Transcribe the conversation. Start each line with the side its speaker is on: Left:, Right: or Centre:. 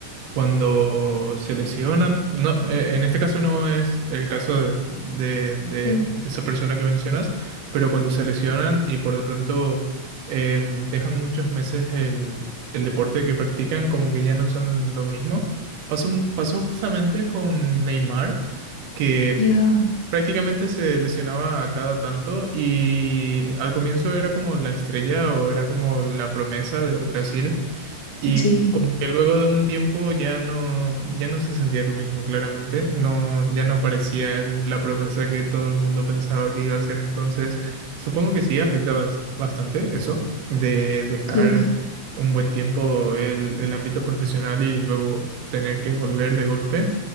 Right: cuando se lesionan, no, eh, en este caso no es el caso de, de- de
Left: sí,
Right: esa persona que mencionas, pero cuando se lesionan y por de pronto em, dejan muchos meses el, el deporte que practican, como que ya no son lo mismo. Pasó, pasó justamente con Neymar, que
Left: ya,
Right: prácticamente se lesionaba a cada tanto y al comienzo era como la estrella o era como la promesa de Brasil y
Left: Sí,
Right: como que luego de un tiempo ya no, ya no se sentía lo mismo, claramente. No, ya no parecía el- la promesa que todo el mundo pensaba que iba a ser. Entonces, supongo que sí afecta bas- bastante eso, de dejar
Left: sí,
Right: un buen tiempo el, el ámbito profesional y luego tener que volver de golpe.